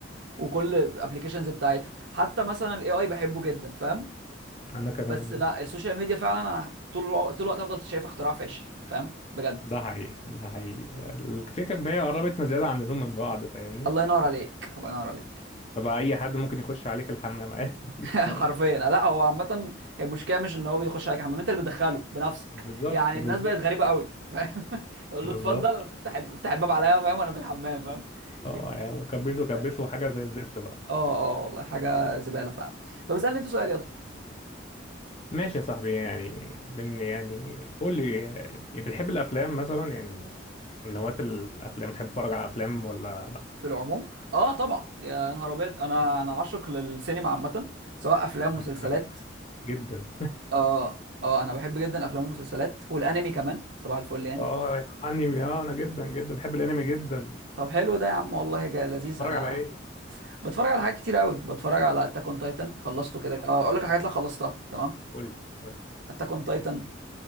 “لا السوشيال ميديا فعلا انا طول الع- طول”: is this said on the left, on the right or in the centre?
Right